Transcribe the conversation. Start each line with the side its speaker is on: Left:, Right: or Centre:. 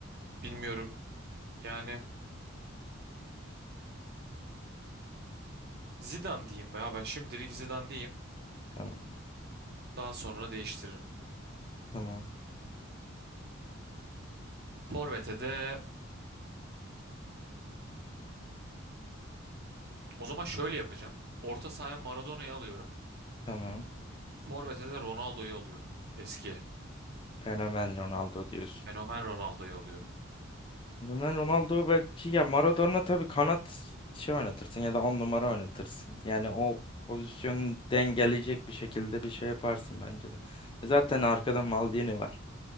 Right: bilmiyorum. Yani Zidane diyeyim ya. Ben şimdilik Zidane diyeyim.
Left: Tamam.
Right: Daha sonra değiştiririm.
Left: Tamam.
Right: Forvet'e de o zaman şöyle yapacağım. Orta sahaya Maradona'yı alıyorum.
Left: Tamam.
Right: Forvet'e de Ronaldo'yu alıyorum. Eski.
Left: Fenomen Ronaldo diyorsun.
Right: Fenomen Ronaldo'yu alıyorum.
Left: Ben Ronaldo belki ya Maradona tabii kanat şey oynatırsın ya da on numara oynatırsın. Yani o pozisyonu dengeleyecek bir şekilde bir şey yaparsın bence de. E Zaten arkada Maldini var.